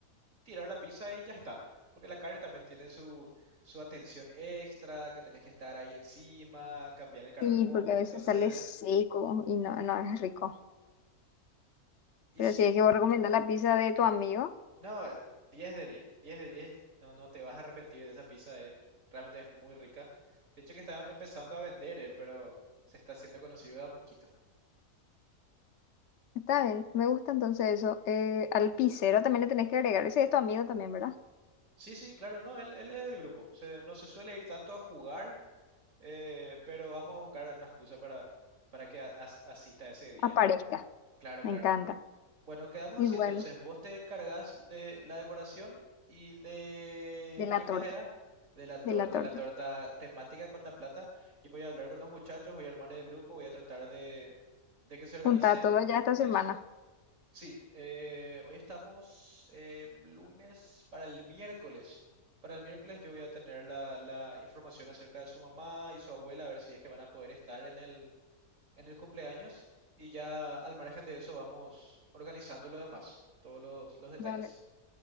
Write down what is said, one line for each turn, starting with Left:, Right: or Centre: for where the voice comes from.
Right: tirar la pizza y ya está. Porque la carne también tiene su, su atención extra, que tenés que estar ahí encima, cambiar el carbón,
Left: Sí, porque a
Right: entonces,
Left: veces sale seco y no, no es rico.
Right: y
Left: Pero
Right: sí.
Left: si es que vos recomendar la pizza de tu amigo.
Right: No, eh, diez de diez, 10 de 10, no, no te vas a arrepentir de esa pizza, es, realmente es muy rica. De hecho que está empezando a vender él, pero se está haciendo conocido de a poquito.
Left: Está bien, me gusta entonces eso. Eh, al pisero también le tenés que agregar. Ese es tu amigo también, ¿verdad?
Right: Sí, sí, claro, no, él, él es del grupo, se- no se suele ir tanto a jugar, eh, pero vamos a buscar una excusa para, para que a- as- asista ese día.
Left: Aparezca,
Right: Claro,
Left: me
Right: claro.
Left: encanta.
Right: Bueno, quedamos
Left: Y
Right: así
Left: bueno,
Right: entonces. Vos te encargás de la decoración y de...
Left: de la
Right: ¿Qué más
Left: torta,
Right: era? De la torta,
Left: de la torta.
Right: la torta temática con la plata. Yo voy a hablar con los muchachos, voy a armar el grupo, voy a tratar de, de que se organicen
Left: Junta
Right: en
Left: todo
Right: el grupo
Left: ya esta
Right: con
Left: semana.
Right: eso. Sí, eh, hoy estamos eh, lunes para el miércoles. Para el miércoles yo voy a tener la, la información acerca de su mamá y su abuela, a ver si es que van a poder estar en el, en el cumpleaños y ya al margen de eso vamos organizando lo demás, todos los, los detalles.
Left: Dale,